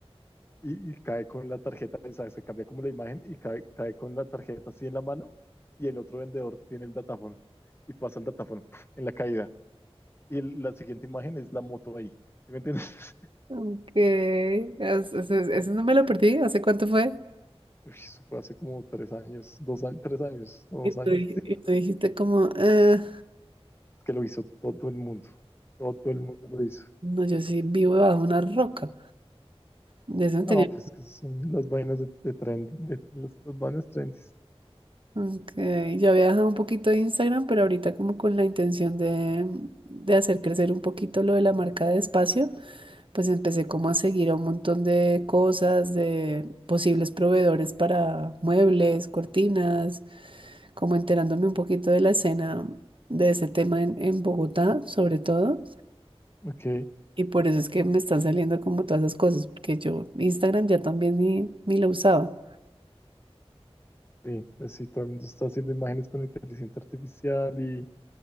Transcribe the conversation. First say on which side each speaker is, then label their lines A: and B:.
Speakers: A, on the left; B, on the right.
A: y, y cae con la tarjeta, o sea, se cambia como la imagen y cae, cae con la tarjeta así en la mano y el otro vendedor tiene el datáfono y pasa el datáfono en la caída. Y el- la siguiente imagen es la moto ahí. ¿Sí me entiendes? <laughs>
B: Ok, eso, eso- eso no me lo perdí. ¿Hace cuánto fue?
A: Uy, eso fue hace como tres años, dos años, tres años, no,
B: Y
A: dos
B: tú,
A: años,
B: dij-
A: sí, tres
B: y tú
A: años.
B: dijiste como, "Ah,
A: Es que lo hizo todo el mundo, todo todo el mundo lo hizo.
B: no, yo sí vivo bajo una roca. De eso no
A: No,
B: tenía.
A: pues es que son las vainas de, de trend, de, las, las vainas trendy.
B: Ok, yo había dejado un poquito de Instagram, pero ahorita como con la intención de, de hacer crecer un poquito lo de la marca de espacio, pues empecé como a seguir a un montón de cosas, de posibles proveedores para muebles, cortinas, como enterándome un poquito de la escena de ese tema en, en Bogotá, sobre todo.
A: Ok,
B: Y por eso es que me están saliendo como todas esas cosas, porque yo Instagram ya también ni, ni lo usaba.
A: sí, pues sí, todo el mundo está haciendo imágenes con inteligencia artificial y,